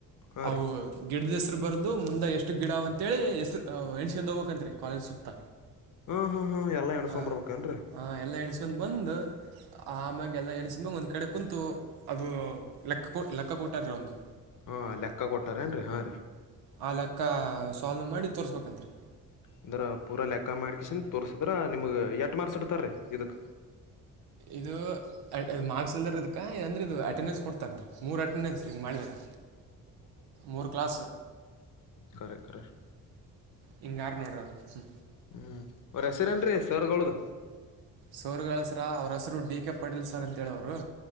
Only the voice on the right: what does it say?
ಅವು
ಗಿಡದ ಹೆಸ್ರು ಬರದು ಮುಂದೆ ಎಷ್ಟು ಗಿಡ ಅಂತೇಳಿ ಹೆಸ್ರು ಎಣ್ಸ್ಕೊಂಡ್ ಹೋಗ್ಬೇಕಂತತ್ರಿ ಕಾಲೇಜ್ ಸುತ್ತ
ಹಾ
ಹಾ ಎಲ್ಲ ಎಣಸ್ಕೊಂಡ್ ಬಂದು ಆಮ್ಯಾಗ ಎಲ್ಲ ಎಣಸ್ಮ್ಯಾಗ ಒಂದು ಕಡೆ ಕುೂಂತು ಅದು ಲೆಕ್ಕ ಕೊ ಲೆಕ್ಕ ಕೊಟ್ಟಾರೀ ಒಂದು
ಆ ಲೆಕ್ಕ ಸಾಲ್ವ್ ಮಾಡಿ ತೋರ್ರಿಸ್ಬೇಕಂತ
ಇದು ಆಡ್ ಮಾರ್ಕ್ಸ್ ಇಲ್ದ ಇದಕಾ ಎದ್ರ ಇದು ಅಟೆಂಡನ್ಸ್ ಕೊಡ್ತಾನ ರೀ ಮೂರು ಅಟೆಂಡೆನ್ಸ್ ಹಿಂಗ ಮಾಡಿದರೆ ಮೂರು ಕ್ಲಾಸ್
ಹಿಂಗ ಯಾರು ನೋಡ್ರ ಹ್ಞೂ
ಸರ್ ಗಳ ಹೆಸರ್ ಅವ್ರ ಹೆಸರು ಡಿ ಕೆ ಪಟೀಲ್ ಸರ್ ಅಂತ ಹೇಳವ್ರು